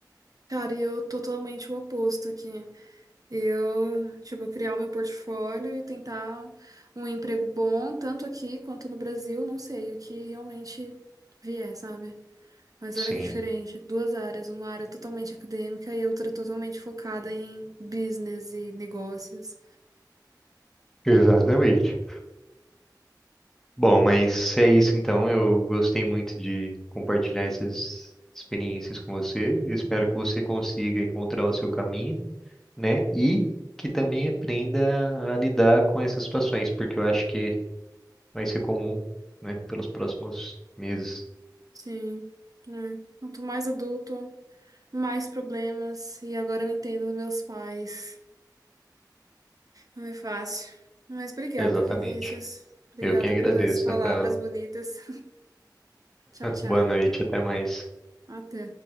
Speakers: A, on the right (about 50°); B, in the centre.
A: Cara, eu totalmente o oposto aqui. Eu, tipo, criar o meu portfólio e tentar um emprego bom, tanto aqui quanto no Brasil, não sei, o que realmente vier, sabe? Mas
B: Sim,
A: olha que diferente, duas áreas, uma área totalmente acadêmica e outra totalmente focada em business e negócios.
B: exatamente. Bom, mas é isso então. Eu gostei muito de compartilhar essas experiências com você. Eu Espero que você consiga encontrar o seu caminho, né? E que também aprenda a lidar com essas situações, porque eu acho que vai ser comum, né, pelos próximos meses.
A: Sim, né? Quanto mais adulto, mais problemas, e agora eu entendo dos meus pais. Não é fácil. Mas obrigada,
B: Exatamente.
A: Vinícius. Obrigada
B: Eu quem agradeço,
A: pelas palavras
B: Rafaela.
A: bonitas. <laughs> Tchau, tchau.
B: Boa noite, até mais.
A: Até.